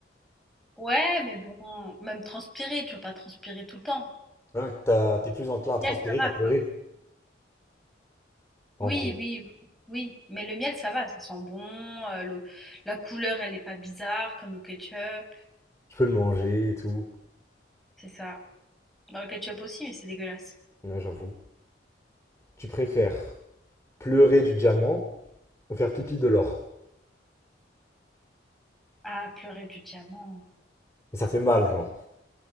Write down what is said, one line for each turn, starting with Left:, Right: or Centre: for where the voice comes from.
Centre: Ouais, mais bon, même transpirer, tu vas pas transpirer tout le temps.
Left: Ah oui, t'as- T'es plus enclin à transpirer
Centre: Miel, ça va,
Left: qu'à pleurer.
Centre: quoi.
Left: En
Centre: Oui,
Left: vrai.
Centre: oui, oui, oui. Mais le miel, ça va, ça sent bon. euh, le- La couleur, elle est pas bizarre, comme le ketchup.
Left: Tu peux le manger et tout.
Centre: C'est ça. Bah, le ketchup aussi, mais c'est dégueulasse.
Left: Là, j'avoue. Tu préfères pleurer du diamant ou faire pipi de l'or.
Centre: Ah, pleurer du diamant.
Left: Mais ça fait mal, genre.